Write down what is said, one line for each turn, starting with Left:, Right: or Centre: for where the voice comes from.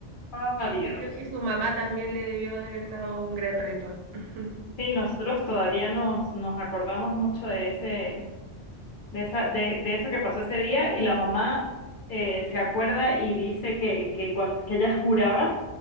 Left: Ah, Dios.
Right: Yo creo que su mamá también le debió haber dado un gran reto. <laughs>
Left: Sí, nosotros todavía nos, nos acordamos mucho de ese, de, esa, de, de eso que pasó ese día y la mamá
Right: Ujú,
Left: eh, se acuerda y dice que, que, cuan- que ella juraba